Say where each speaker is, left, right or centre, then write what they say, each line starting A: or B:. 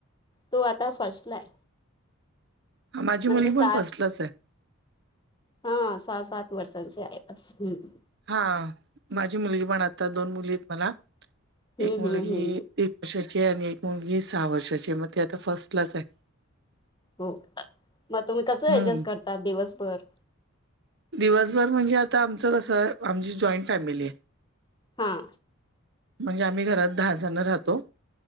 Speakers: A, on the left; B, on the right.
A: तो आता फर्स्ट ला आहे.
B: हा माझी
A: म्हणजे
B: मुलगी
A: सात
B: पण फर्स्ट लाच आहे.
A: हा सहा, सात वर्षांची आहे. बस हम्म.
B: हा माझी मुलगी पण आता दोन मुली आहेत मला
A: हम्म
B: एक मुलगी
A: हम्म हम्म
B: तीन वर्षाचे आणि एक मुलगी सहा वर्षाची, मग ते आता फर्स्टलाच आहे.
A: हो. मग तुम्ही कसं
B: हम्म
A: ऍडजेस्ट करता दिवसभर?
B: दिवसभर म्हणजे आता आमचं कसं आहे, आमची जॉईंट फॅमिली आहे.
A: हा.
B: म्हणजे आम्ही घरात दहा जण राहतो.